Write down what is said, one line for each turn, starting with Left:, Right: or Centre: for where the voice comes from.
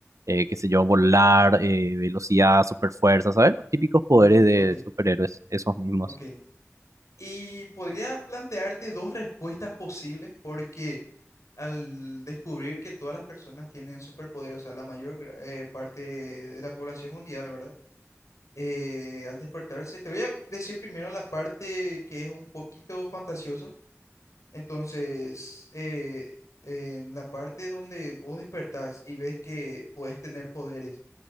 Right: eh, qué sé yo, volar, eh, velocidad, superfuerza, ¿sabes? Los típicos poderes
Left: Ok,
Right: de
Left: ok,
Right: superhéroes, esos mismos.
Left: Ok. ok. Y podría plantearte dos respuestas posibles porque al descubrir que todas las personas tienen superpoderes, o sea, la mayor gra- eh, parte de la población mundial, ¿verdad? eh, al despertarse. Te voy a decir primero la parte que es un poquito fantasioso. Entonces, eh, en la parte donde vos despertás y ves que puedes tener poderes